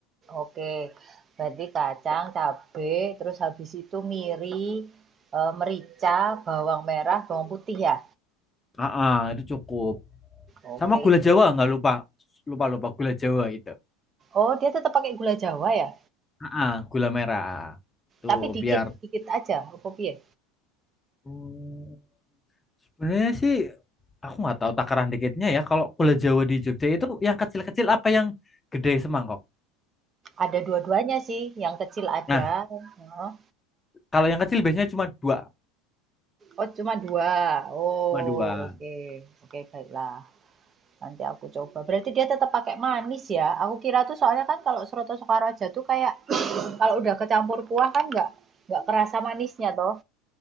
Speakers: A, on the right; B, on the left.
A: Oke. Berarti kacang, cabai, terus habis itu miri, eh, merica, bawang merah, bawang putih ya.
B: Heeh, itu cukup.
A: Oke,
B: Sama gula
A: itu. di-
B: Jawa nggak lupa. Lupa lupa gula Jawa itu.
A: Oh, dia tetap pakai gula Jawa ya?
B: Heeh, gula merah. Tuh
A: Tapi dikit,
B: biar
A: dikit aja, apa piye?
B: Hmm. sebenarnya sih aku nggak tahu takaran dikitnya ya. Kalau gula Jawa di Jogja itu yang kecil-kecil apa yang gede semangkok?
A: Ada dua-duanya sih, yang kecil ada.
B: Nah,
A: Heeh.
B: kalau yang kecil biasanya cuma dua.
A: Oh, cuma dua. Oh,
B: Cuma dua.
A: oke. Oke, baiklah. Nanti aku coba. Berarti dia tetap pakai manis ya? Aku kira tuh soalnya kan kalau Soto Sokaraja tuh kayak <clears throat> kalau udah kecampur kuah kan nggak nggak kerasa manisnya toh.